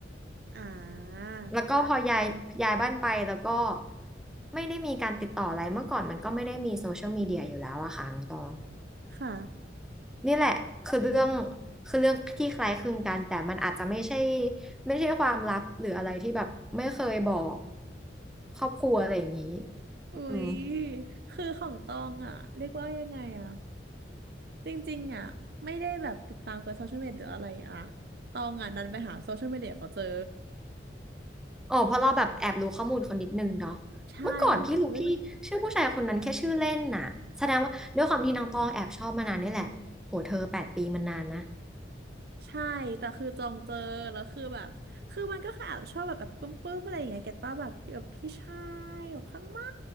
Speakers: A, on the right; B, in the centre.
A: <laughs> อ่า
B: แล้วก็พอย้ายย้ายบ้านไปแล้วก็ไม่ได้มีการติดต่ออะไรเมื่อก่อนมันก็ไม่ได้มีโซเชียลมีเดียอยู่แล้วอะค่ะน้องตอง
A: ค่ะ
B: นี่แหละคือเรื่องคือเรื่องที่คล้ายคลึงกันแต่มันอาจจะไม่ใช่ไม่ใช่ความลับหรืออะไรที่แบบไม่เคยบอกครอบครัวอะไรอย่างนี้
A: อุ๊ย
B: อืม
A: คือของตองอ่ะเรียกว่ายังไงอ่ะจริงๆอ่ะไม่ได้แบบติดตามกับโซเชียลมีเดียหรืออะไรอ่ะตองอ่ะดันไปหาโซเชียลมีเดียเขาเจอ
B: อ๋อเพราะเราแบบแอบรู้ข้อมูลเขานิดนึงเนาะ
A: ใช่ไปหา
B: เมื่อก่อนพี่รู้พี่ชื่อผู้ชายคนนั้นแค่ชื่อเล่นน่ะแสดงว่าด้วยความที่น้องตองแอบชอบมานานนี่แหละโหเธอแปดปีมันนานนะ
A: ใช่ แต่คือจองเจอ แล้วคือแบบ คือมันก็คอบชอบแบบแบบปื้มๆอะไรอย่างเงี้ยแกต้าแบบพี่แบบพี่ชายแบบข้างมา